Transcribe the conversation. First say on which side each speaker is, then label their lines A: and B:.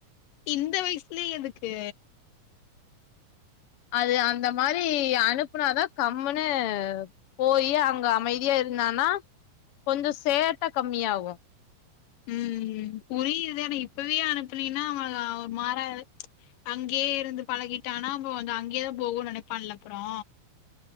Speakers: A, on the left; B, on the left.
A: இந்த வயசுலயே எதுக்கு
B: அது அந்த மாரி அனுப்புனாதா கம்முன்னு போய் அங்க அமைதியா இருந்தானா கொஞ்சோ சேட்ட கம்மியாகு
A: ம் புரியுது ஆனா இப்பவே அனுப்புனீனா அவ மாற அங்கேயே இருந்து பழகிட்டனா அப்ப வந்து அங்கேயேதா போகு நெனைப்பான்ல அப்புறோ